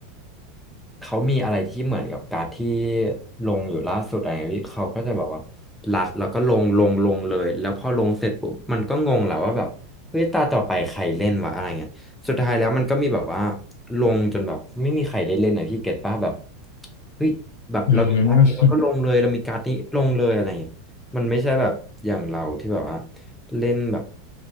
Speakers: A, in the centre; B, on the left.
A: เขามีอะไรที่เหมือนกับการ์ดที่ลงอยู่ล่าสุดอะไรเงี้ยพี่เขาก็จะแบบว่ารัดแล้วก็ลงลงลงเลยแล้วพอลงเสร็จปุ๊บมันก็งงแหละว่าแบบเฮ้ยตาต่อไปใครเล่นวะอะไรเงี้ย สุดท้ายแล้วมันก็มีแบบว่าลงจนแบบไม่มีใครได้เล่นหน่อยพี่เก็ตป้าแบบเฮ้ยแบบเรามีการ์ดนี้เราก็ลงเลยเรามีการ์ดนี้ลงเลยอะไรอย่างเงี้ยมันไม่ใช่แบบอย่างเราที่แบบว่า
B: อืม
A: เล่นแบบ